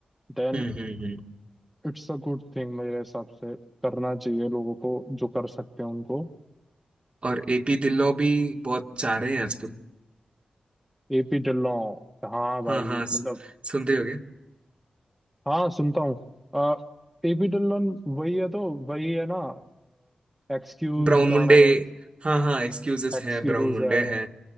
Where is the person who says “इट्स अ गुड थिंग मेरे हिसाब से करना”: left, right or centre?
Centre